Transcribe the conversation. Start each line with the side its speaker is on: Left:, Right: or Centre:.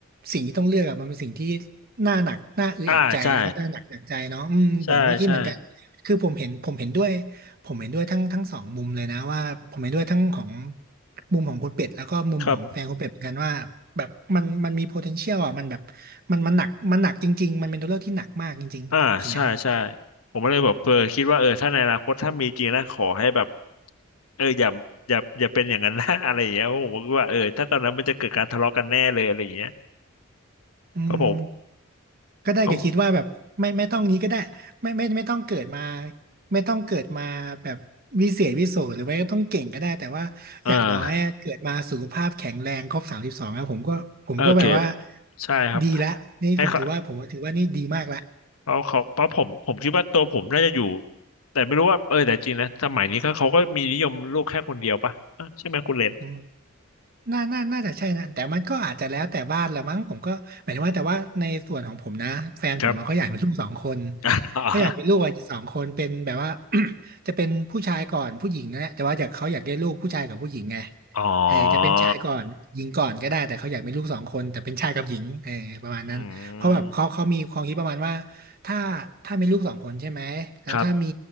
Right: สิ่งที่ต้องเลือกอ่ะมันเป็นสิ่งที่น่าหนักน่าอึดอัดใจแล้วก็น่าหนักหนักใจเนาะอืมผมก็คิดเหมือนกันคือผมเห็นผมเห็นด้วย
Left: อ่าใช่ใช่ใช่
Right: ผมเห็นด้วยทั้งทั้งสองมุมเลยนะว่าผมเห็นด้วยทั้งของ มุมของคุณเป็ดแล้วก็มุมของแฟนคุณเป็ดเหมือนกันว่าแบบมันมันมี
Left: ครับ
Right: potential อ่ะมันแบบมันมันหนักมันหนักจริงๆมันเป็นตัวเลือกที่หนักมากจริงๆส่วนนี้ผม
Left: อ่าใช่ใช่ผมก็เลยแบบเออคิดว่าเออถ้าในอนาคตถ้ามีจริงนะขอให้แบบเอออย่าอย่าอย่าเป็นอย่างนั้นนะ <laughs> อะไรอย่างเงี้ยเพราะผมก็คิดว่าเออถ้าตอนนั้นมันจะเกิดการทะเลาะกันแน่เลยอะไรอย่างเงี้ย
Right: อืม
Left: เพราะผม
Right: ก็ได้แก่คิดว่าแบบไม่ไม่ต้องนี้ก็ได้ไม่ไม่ไม่ต้องเกิดมา
Left: เพราะ
Right: ไม่ต้องเกิดมาแบบวิเศษวิโสหรือไม่ก็ต้องเก่งก็ได้แต่ว่าอย่างน้อยอะเกิดมาสุขภาพแข็งแรงครบสามสิบสองแล้วผมก็ผมก็แบบว่า
Left: เออโอเคใช่ครับ
Right: ดีละนี่ผมถือว่าผมว่าถือว่านี่ดีมากละ
Left: ให้เขาเขาเขาเพราะผมผมคิดว่าตัวผมน่าจะอยู่แต่ไม่รู้ว่าเออแต่จริงนะสมัยนี้ก็เขาก็มีนิยมลูกแค่คนเดียวป่ะอ่ะใช่ไหมคุณเลน
Right: อืม น่าน่าน่าจะใช่นะแต่มันก็อาจจะแล้วแต่บ้านละมั้งผมก็หมายถึงว่าแต่ว่าในส่วนของผมนะแฟนผมอะเขาอยากมีลูกสองคน
Left: ครับ <laughs>
Right: เขาอยากมีลูกอะสองคนเป็นแบบว่า <clears throat> <coughs> จะเป็นผู้ชายก่อนผู้หญิงนะแต่ว่าอยากเขาอยากได้ลูกผู้ชายกับผู้หญิงไง
Left: อ๋อ
Right: เออจะเป็นชายก่อนหญิงก่อนก็ได้แต่เขาอยากมีลูกสองคนแต่เป็นชายกับหญิงเออประมาณนั้นเพราะแบบเขาเขามีความคิดประมาณว่า
Left: อืม
Right: ถ้าถ้ามีลูกสองคนใช่ไหมแล้วถ้ามี
Left: ครับ